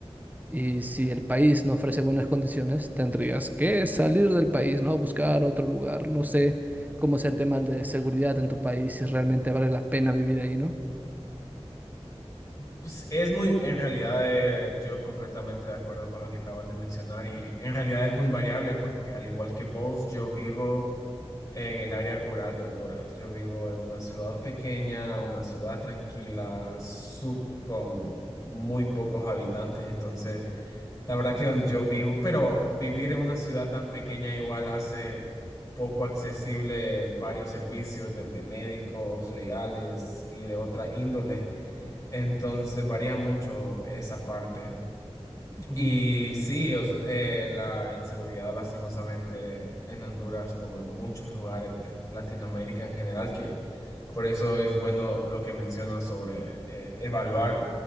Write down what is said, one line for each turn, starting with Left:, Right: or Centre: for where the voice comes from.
Right: Y si el país no ofrece buenas condiciones, tendrías que salir del país, ¿no? Buscar otro lugar. No sé cómo sea el tema de seguridad en tu país, si realmente vale la pena vivir ahí, ¿no?
Left: Pues es muy, en realidad, eh, yo completamente de acuerdo con lo que acabas de mencionar y en realidad es muy variable porque al igual que vos, yo vivo en el área rural de Honduras. Yo vivo en una ciudad pequeña, una ciudad tranquila, sub- con muy pocos habitantes. Entonces, la verdad que donde yo vivo, pero vivir en una ciudad tan pequeña igual hace poco accesible varios servicios, desde médicos, legales y de otra índole. Entonces, varía mucho esa parte.
Right: Mm,
Left: Y sí, o s- eh, la inseguridad lastimosamente en Honduras, como en muchos lugares de Latinoamérica en general, que por eso es bueno lo que mencionas sobre eh, evaluar